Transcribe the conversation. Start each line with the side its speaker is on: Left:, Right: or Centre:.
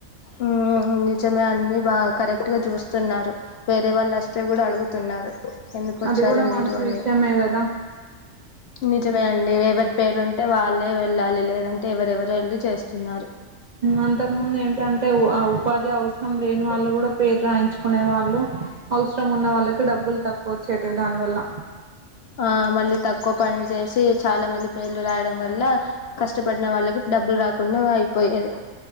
Left: మ్మ్ మ్మ్ మ్మ్ నిజమే అన్ని బాగా కరెక్ట్ గా చూస్తున్నారు వేరే వాళ్ళు వస్తే కూడా అడుగుతున్నారు ఎందుకు వచ్చారు
Right: అది కూడా
Left: మీరు
Right: మంచి
Left: అని
Right: విషయమే కదా
Left: నిజమే అండి ఎవరి పేరుంటే వాళ్ళే వెళ్ళాలి లేదంటే ఎవరెవరు రైళ్లు చేస్తున్నారు
Right: అంతకుముందు ఏంటంటే ఉపాధి అవసరం లేని వాళ్ళు కూడా పేరు రాయించుకునే వాళ్ళు అవసరం ఉన్న వాళ్ళకి డబ్బులు తక్కువ వచ్చేటవి దానివల్ల
Left: ఆ మళ్ళీ తక్కువ పని చేసి చాలా మంది పేర్లు రాయడం వల్ల కష్టపడిన వాళ్ళకి డబ్బులు రాకుండా అయిపోయేది